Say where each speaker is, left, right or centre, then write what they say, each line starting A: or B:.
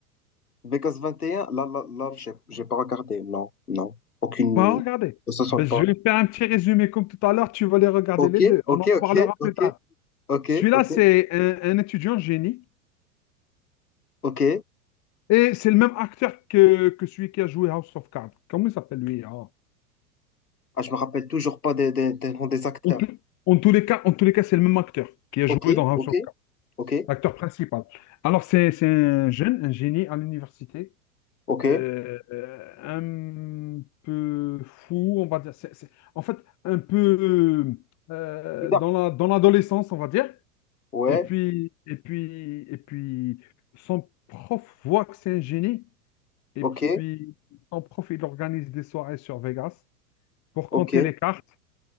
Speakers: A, on the left; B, on the left.
A: Vegas 21, là, là, là, j'ai j'ai pas regardé. Non, non. Aucune.
B: Pas regarder.
A: Ne se sent
B: Ben, je
A: pas.
B: vais faire un petit résumé comme tout à l'heure, tu vas les regarder
A: Ok,
B: les deux.
A: ok,
B: On en
A: ok,
B: parlera
A: ok,
B: plus tard.
A: ok,
B: Celui-là,
A: ok,
B: c'est un, un étudiant génie
A: ok.
B: Et c'est le même acteur que, que celui qui a joué House of Cards. Comment il s'appelle lui? hein
A: Ah, je me rappelle toujours pas des, des, des noms des acteurs.
B: En, tout- en tous les cas, en tous les cas, c'est le même acteur qui a
A: Ok,
B: joué dans House
A: ok,
B: of Cards,
A: ok.
B: l'acteur principal. Alors, c'est, c'est un jeune, un génie à l'université,
A: Ok.
B: euh, euh, un peu fou, on va dire. C'est- c'est- en fait, un peu euh,
A: Ida.
B: dans la, dans l'adolescence, on va dire.
A: Ouais.
B: Et puis, et puis, et puis, son prof voit que c'est un génie. Et
A: Ok.
B: puis, son prof, il organise des soirées sur Vegas. pour
A: Ok.
B: compter les cartes,